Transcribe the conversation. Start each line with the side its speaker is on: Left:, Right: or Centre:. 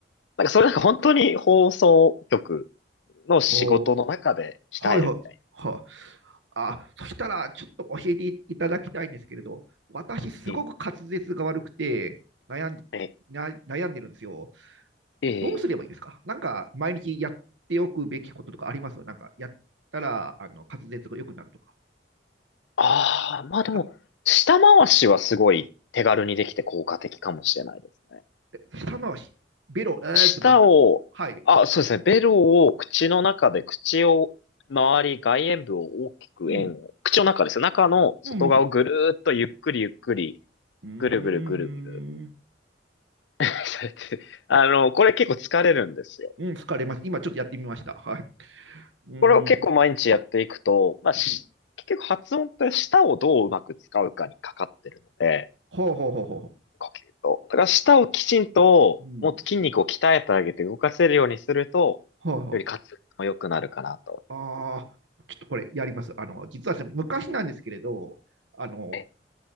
Left: なんかそれなんか本当に放送局の仕事の中で鍛えるみたい
Right: はあ、はい、はい。はああ、そしたら、ちょっと教えていただきたいんですけれど、私、すごく滑舌が悪くて悩んで、
Left: な。え、え、
Right: な悩んでるんですよ。
Left: ええ。
Right: どうすればいいですかなんか、毎日やっておくべきこととかありますなんか、やったら、あの、滑舌が良くなるとか。
Left: ああ、まあでも、
Right: だっ
Left: 舌回しはすごい手軽にできて効果的かもしれないですね。
Right: て舌回し、ベロ、えーってまず、
Left: 舌を、
Right: はい、
Left: あ、そうですね。ベロを口の中で、口を周り、外縁部を大きく円を、
Right: うん。
Left: 口の中ですよ。中の外側をぐるーっとゆっくりゆっくり、
Right: うん。うん。うん。うーん。
Left: ぐるぐるぐるぐる。<laughs> それって、あの、これ結構疲れるんですよ。
Right: うん、疲れます。今ちょっとやってみました。はい。うーん。
Left: これを結構毎日やっていくと、まあ、し結局発音って舌をどううまく使うかにかかってるので、
Right: うん。ほうほうほうほ
Left: 呼吸と。だから舌をきちんと、
Right: う。うん
Left: もっと筋肉を鍛えてあげて動かせるようにすると、
Right: ほうほう。
Left: より滑舌も良くなるかなと。
Right: ああ、ちょっとこれやります。あの、実はですね、昔なんですけれど、あの、
Left: え、